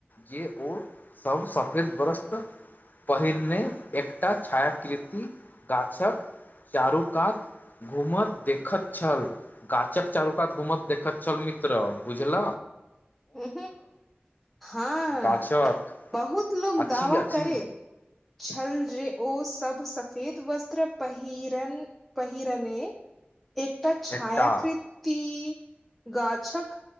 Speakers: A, on the left; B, in the centre.
A: जे ओ सब सफेद व्रस्त पहिरने एकटा छायाकृति गाछक चारू कात घूमैत देखैत छल गाछक चारुकात घूमैत देखैत छल मित्र बुझल
B: ह हँ
A: गाछक
B: बहुत लोक
A: अछि
B: दावा
A: अछि
B: करैत छल जे ओ सब सफेद वस्त्र पहिरन पहिरने एकटा छायाकृति
A: एकटा
B: गाछक